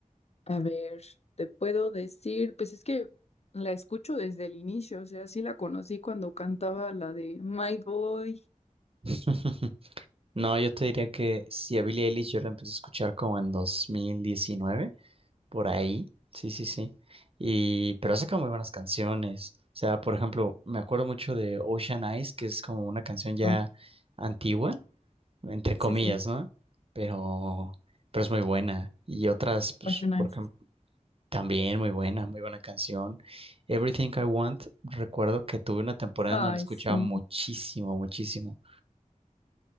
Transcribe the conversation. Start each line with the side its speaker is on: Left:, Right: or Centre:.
Left: A ver, te puedo decir, pues es que la escucho desde el inicio, o sea, sí la conocí cuando cantaba la de My Boy.
Right: <laughs> No, yo te diría que si a Billie Eilish yo la empecé a escuchar como en 2019, por ahí, sí, sí, sí. Y, pero ha sacado muy buenas canciones. O sea, por ejemplo, me acuerdo mucho de Ocean Eyes, que es como una canción ya
Left: Oh,
Right: antigua, entre comillas,
Left: sí, sí,
Right: ¿no? Pero, pero es muy buena. Y otras, pues,
Left: Ocean Eyes.
Right: por ejemplo, también muy buena, muy buena canción. Everything I Want, recuerdo que tuve una temporada
Left: Ay,
Right: donde la escuchaba
Left: sí.
Right: muchísimo, muchísimo.